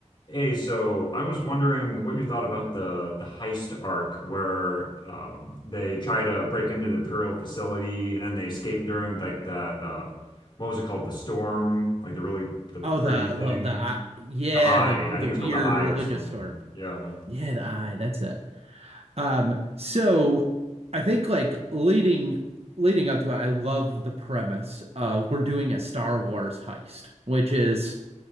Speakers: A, on the left; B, on the right.
A: Hey, so I was wondering what you thought about the the heist arc where um, they try to break into the Imperial facility and then they escape during like that uh, what was it called? The storm, like the really the pretty
B: Oh, the
A: thing,
B: the the eye, yeah,
A: the eye.
B: the the
A: I think it was
B: weird
A: called the eye
B: religious
A: or something.
B: storm.
A: Yeah.
B: Yeah, the eye, that's it. Um, so I think like leading leading up to it, I love the premise of we're doing a Star Wars heist, which is